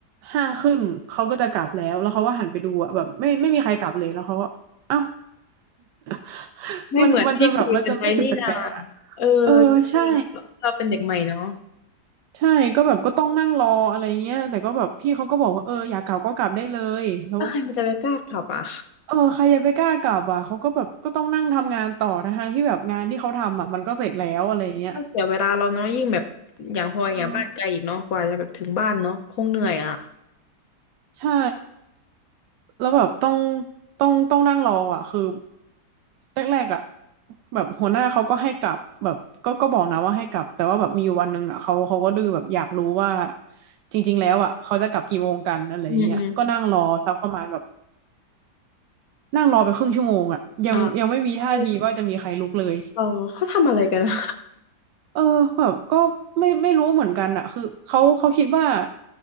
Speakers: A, on the right; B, on the left.
A: ห้าครึ่งเขาก็จะกลับแล้วแล้วเขาก็หันไปดูอ่ะแบบไม่ไม่มีใครกลับเลยแล้วเขาก็เอ้า <laughs>
B: ไม่เหมือนที่คุยกันไว้นี่นา
A: มันมันจะแบบมันจะรู้สึกแปลกๆอ่ะ
B: เออก็จริง
A: เออใช่
B: เราเป็นเด็กใหม่เนาะ
A: ใช่ก็แบบก็ต้องนั่งรออะไรเงี้ยแต่ก็แบบพี่เขาก็บอกว่าเอออยากกลับก็กลับได้เลยแล้ว
B: แล้วใครมันจะไปกล้าขับอ่ะ
A: เออใครจะไปกล้ากลับอ่ะเขาก็แบบก็ต้องนั่งทำงานต่อทั้งๆที่แบบงานที่เขาทำอ่ะมันก็เสร็จแล้วอะไรเงี้ย
B: ก็เสียเวลาเราเนาะยิ่งแบบอย่างพลอยอย่างบ้านไกลอีกเนาะกว่าจะแบบถึงบ้านเนาะคงเหนื่อยอ่ะ
A: เออใช่แล้วแบบต้องต้องต้องนั่งรออ่ะคือแรกๆอ่ะแบบหัวหน้าเขาก็ให้กลับแบบก็ก็บอกนะว่าให้กลับแต่ว่าแบบมีอยู่วันหนึ่งอ่ะเขาเขาก็ดื้อแบบอยากรู้ว่าจริงๆแล้วอ่ะเขาจะกลับกี่โมงกันอะไรเงี้ยก็นั่งรอสักประมาณแบบ
B: อืมอืม
A: นั่งรอไปครึ่งชั่วโมงอ่ะยังยังไม่มีท่าทีว่าจะมีใครลุกเลย
B: อ่าเออเออเขาทำอะไรกันอะ
A: เออแบบก็ไม่ไม่รู้เหมือนกันอะคือเขาเขาคิดว่า